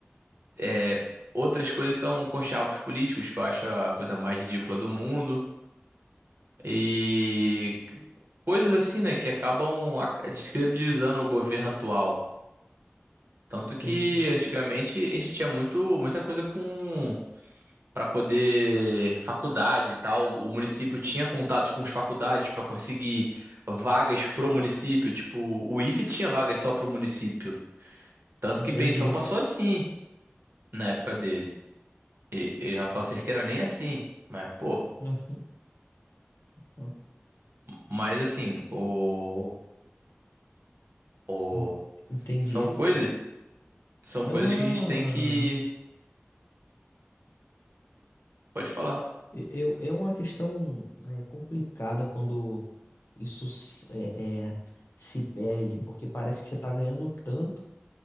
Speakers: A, on the right; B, on the left.
A: é, outras coisas são conchavos políticos, que eu acho a coisa mais ridícula do mundo. E coisas assim, né, que acabam ac- descredibilizando o governo atual. Tanto
B: Entendi.
A: que antigamente a gente tinha muito, muita coisa com para poder faculdade e tal. O município tinha contatos com as faculdades para conseguir vagas pro município. Tipo, o IFE tinha vagas só pro município. Tanto
B: Entendi.
A: que Beição passou assim na época dele. E, e Rafael Cerqueira nem assim. Mas, pô,
B: <laughs> Aham.
A: mas assim, o, o,
B: En- Entendi.
A: são coisas,
B: É
A: são
B: é
A: coisas
B: uma.
A: que a gente tem que. Pode falar.
B: E- Eu, é uma questão é, complicada quando isso s- é, é, se perde, porque parece que você está ganhando tanto